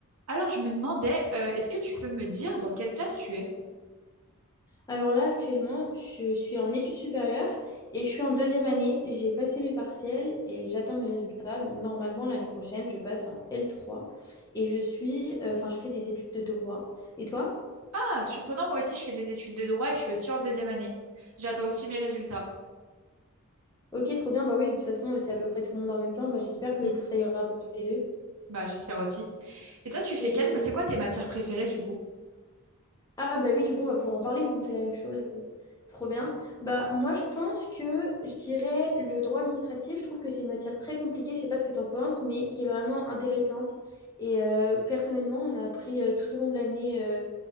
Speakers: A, on the right; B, on the left.
A: Alors, je me demandais, euh, est-ce que tu peux me dire dans quelle classe tu es?
B: Alors là, actuellement, je suis en études supérieures et je suis en deuxième année. J'ai passé mes partiels et j'attends mes résultats. Donc, normalement, l'année prochaine, je passe en l trois et je suis, euh, enfin, je fais des études de droit. Et toi?
A: Ah, surprenant, moi aussi, je fais des études de droit et je suis aussi en deuxième année. J'attends aussi mes résultats.
B: Ok, trop bien. Bah oui, de toute façon, euh, c'est à peu près tout le monde en même temps. Bah, j'espère que
A: Hmm,
B: pour ça ira pour toutes les deux.
A: bah, j'espère aussi. Et toi, tu fais
B: Et
A: quelle... C'est quoi tes matières préférées, du coup?
B: Ah bah oui, du coup, on va pouvoir en parler vu qu'on fait la même chose. Trop bien. Bah moi, je pense que je dirais le droit administratif, je trouve que c'est une matière très compliquée, je sais pas ce que tu en penses, mais qui est vraiment intéressante. Et euh, personnellement, on a appris euh, tout au long de l'année euh,